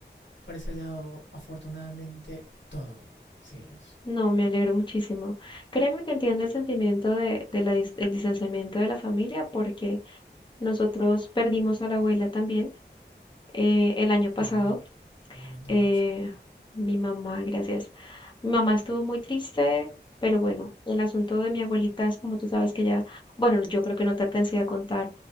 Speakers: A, on the left (about 80°); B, on the left (about 25°).
A: por ese lado, afortunadamente, todo bien. Cielos.
B: No, me alegro muchísimo. Créeme que entiendo el sentimiento de, de la dis- del distanciamiento de la familia porque nosotros perdimos a la abuela también eh, el año pasado.
A: Ah, wow. Lo lamento
B: eh,
A: mucho.
B: mi mamá, gracias. Mi mamá estuvo muy triste, pero bueno, el asunto de mi abuelita es como tú sabes que ella, bueno, yo creo que no te alcancé a contar,